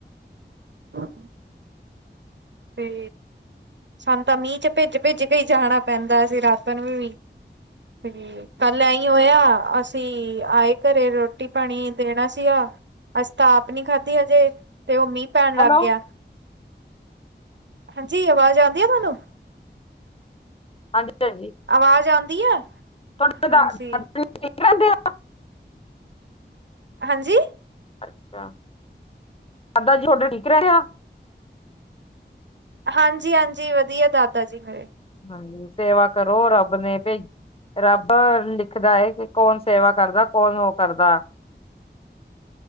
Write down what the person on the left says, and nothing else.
ਹੈਲੋ
ਹਾਂਜੀ -ਹਾਂਜੀ।
ਤੁਹਾਡੇ
ਤਾਂ ਠੀਕ ਰਹਿੰਦੇ ਆ?
ਅੱਛਾ, ਸਾਦਾ ਜੀ ਤੁਹਾਡਾ ਠੀਕ ਰਹਿ ਹੋ
ਹਾਂਜੀ ਸੇਵਾ ਕਰੋ ਰੱਬ ਨੇ ਭੇਜ ਰੱਬ ਲਿਖਦਾ ਹੈ ਕਿ ਕੌਣ ਸੇਵਾ ਕਰਦਾ ਕੌਣ ਉਹ ਕਰਦਾ